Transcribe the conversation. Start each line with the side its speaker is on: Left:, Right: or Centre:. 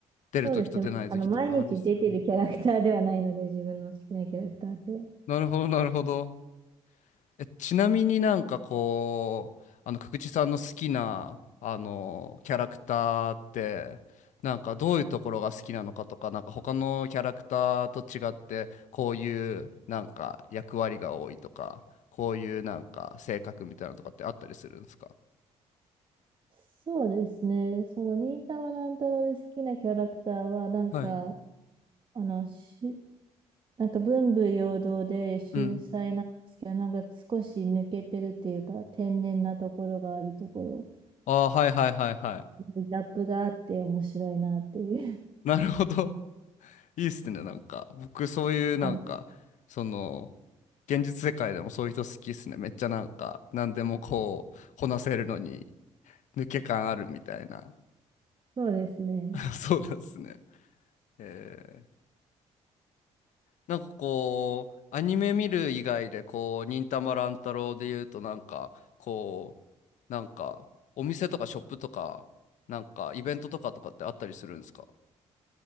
Left: 出るときと出ないときとかあるっすよね。
Right: そうですね。あの、毎日出てるキャラクターではないので、自分の好きなキャラクターって。
Left: なるほど、なるほど。え、ちなみになんかこう、あの、久地さんの好きな、あの、キャラクターって、なんかどういうところが好きなのかとか、なんか他のキャラクターと違って、こういうなんか役割が多いとか、こういうなんか性格みたいなのとかってあったりするんですか
Right: そうですね。その、忍たま乱太郎で好きなキャラクターは、なんか、
Left: はい。
Right: あの、し、なんか文武両道で秀才なんですけど、
Left: うん。
Right: なんか少し抜けてるっていうか、天然なところがあるところ、
Left: ああ、はいはいはいはい。
Right: ギャップがあって面白いなっていう。
Left: なるほど。いいっすね、なんか。僕、そういう、
Right: <laughs> はい、
Left: なんか、その、現実世界でもそういう人好きっすね。めっちゃなんか、何でもこう、こなせるのに、抜け感あるみたいな。
Right: そうですね。
Left: <laughs> そうなんですね。えー、なんかこう、アニメ見る以外で、こう、忍たま乱太郎で言うと、なんか、こう、なんか、お店とかショップとか、なんか、イベントとかとかってあったりするんですか